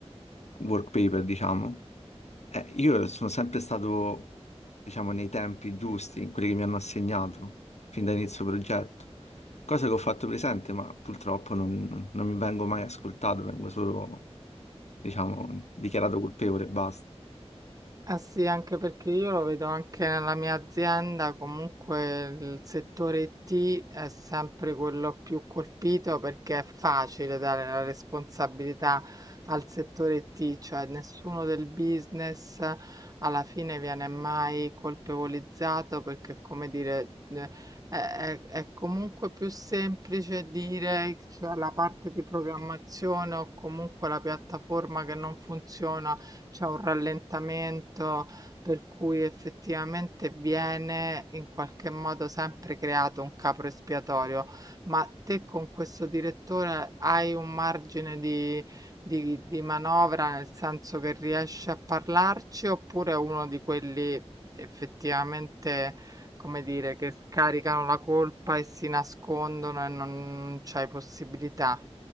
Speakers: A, on the left; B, on the right.
A: work paper, diciamo. Eh, io sono sempre stato, diciamo, nei tempi giusti, in quelli che mi hanno assegnato, fin da inizio progetto. Cosa che ho fatto presente, ma purtroppo non, non mi vengo mai ascoltato, vengo solo, diciamo, dichiarato colpevole e basta.
B: Eh sì, anche perché io lo vedo anche nella mia azienda, comunque il settore IT è sempre quello più colpito perché è facile dare la responsabilità al settore IT, cioè nessuno del business alla fine viene mai colpevolizzato perché, come dire, eh, è, è- è comunque più semplice dire, cioè, la parte di programmazione o comunque la piattaforma che non funziona c'è un rallentamento per cui effettivamente viene in qualche modo sempre creato un capro espiatorio. Ma te con questo direttore hai un margine di, di, di manovra nel senso che riesci a parlarci oppure è uno di quelli effettivamente, come dire, che scaricano la colpa e si nascondono e non c'hai possibilità?